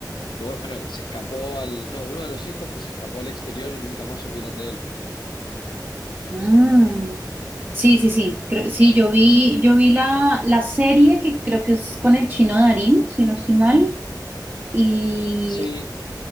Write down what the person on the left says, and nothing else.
que, bueno, que se escapó al, no, uno de los hijos que se escapó al exterior y nunca más supieron de él.
Sí,